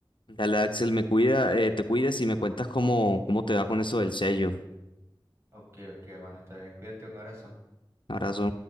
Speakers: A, on the left; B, on the right.
A: Dale, Axel, me cuida, eh, te cuidas y me cuentas cómo, cómo te va con eso del sello.
B: Ok, ok, hermano, está bien. Cuídate, un abrazo.
A: Abrazo.